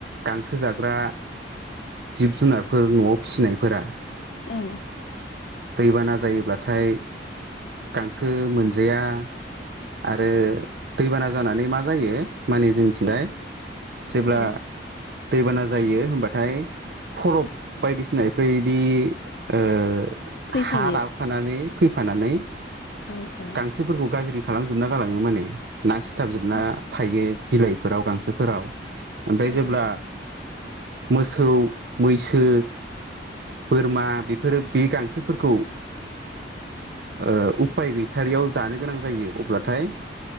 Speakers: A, on the right (about 60°); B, on the left (about 60°).
A: गांसो जाग्रा। जिब जुनारफोर न'आव फिसिनायफोरा
B: औ
A: दैबाना जायोब्लाथाय गांसो मोनजाया। आरो दैबाना जानानै मा जायो माने जोंनिथिंहाय जेब्ला
B: औ
A: दैबाना जायो होमबाथाय फलब बायदिसिना इफोर बायदि ओ
B: फैफायो
A: हा लाबोफानानै फैफानानै
B: औ औ
A: गांसोफोरखौ गाज्रि खालामजोबना गालाङो माने ना सिथाबजोबना
B: औ उम
A: थायो। बिलाइफोराव गांसोफोराव ओमफ्राय
B: औ
A: जेब्ला मोसौ मैसो बोरमा बेफोरो बे गांसोफोरखौ ओ उपाय गै थारियाव जानो गोनां जायो अब्लाथाय